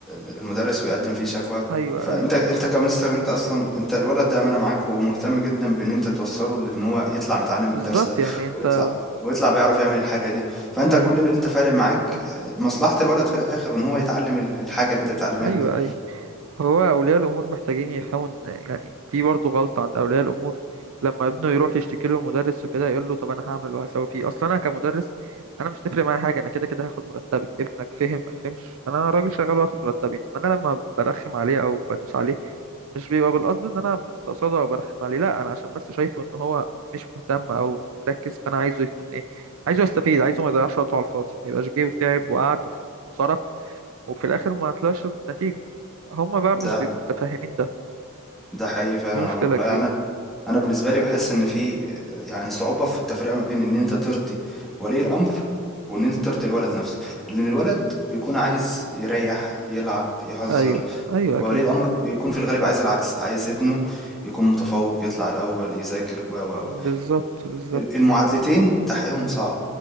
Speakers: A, in the centre; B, on the right.
A: ال- المدرس ويقدم فيه شكوى
B: ايوه
A: فانت
B: ايوه
A: انت كمستر انت اصلا انت الولد ده امانة معاك ومهتم جدا بان انت توصله لان هو يطلع متعلم الدرس
B: بالظبط
A: ده
B: يعني انت
A: ويطلع ويطلع بيعرف يعمل الحاجة دي فانت
B: ايوه
A: كل اللي انت فارق معاك مصلحة الولد في الاخر وان هو يتعلم ال- الحاجة اللي انت بتعلمها
B: ايوه
A: له دي
B: ايوه هو أولياء الأمور محتاجين يحاول يعني في برضه غلطة عند أولياء الأمور لما ابنه يروح يشتكي له مدرس وكده يقول له طب أنا هعمل وهسوي فيه أصلا أنا كمدرس أنا مش تفرق معايا حاجة أنا كده كده هاخد مرتبي ابنك فهم ما فهمش أنا راجل شغال وهاخد مرتبي إنما أنا لما برخم عليه أو بدوس عليه مش بيبقى بالقصد إن أنا مستقصده أو برخم عليه لأ أنا عشان بس شايفه إن هو مش مهتم أو مركز فأنا عايزه يكون إيه عايزه يستفيد عايزه ما يضيعش وقته على الفاضي ما يبقاش جه وتعب وقعد وصرف وفي الآخر ما طلعش بنتيجة هما بقى مش
A: ده
B: بيبقوا متفاهمين ده
A: ده حقيقي فعلا
B: دي مشكلة
A: يا عمر والله
B: كبيرة
A: يعني انا بالنسبه لي بحس ان في يعني صعوبه في التفرقه ما بين ان انت ترضي ولي الامر وان انت
B: امم
A: ترضي الولد نفسه لان الولد بيكون عايز يريح يلعب يهزر
B: ايوه ايوه
A: ولي
B: اكيد
A: الأمر بيكون في الغالب عايز العكس عايز ابنه يكون متفوق يطلع الأول يذاكر و و و
B: مم، بالظبط بالظبط
A: فالمعادلتين تحقيقهم صعب